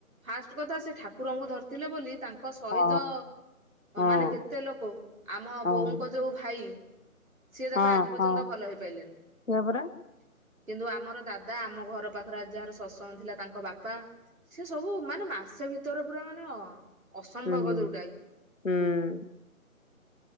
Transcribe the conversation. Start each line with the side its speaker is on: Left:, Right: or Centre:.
Right: ଫାଷ୍ଟ କଥା ସେ ଠାକୁରଙ୍କୁ ଧରିଥିଲେ ବୋଲି ତାଙ୍କ ସହିତ
Left: ହଁ ହଁ
Right: ମାନେ କେତେ ଲୋକ ଆମ
Left: ହଁ
Right: ବୋଉଙ୍କ ଯୋଉ ଭାଇ? ସିଏ ଦେଖ
Left: ହଁ
Right: ଆଜି ପର୍ଯ୍ୟନ୍ତ
Left: ହଁ
Right: ଭଲ ହେଇପାରିଲେନି।
Left: ସେଇଆ ପରା
Right: କିନ୍ତୁ ଆମର ଦାଦା ଆମ ଘର ପାଖରେ ଯାହାର ଶତଷଙ୍ଗ ଥିଲା ତାଙ୍କ ବାପା ସେ ସବୁ ମାନେ ମାସେ ଭିତରେ ପୁରା ମାନେ ଅସମ୍ଭବ
Left: ହୁଁ
Right: ଯୋଉଟା।
Left: ହୁଁ।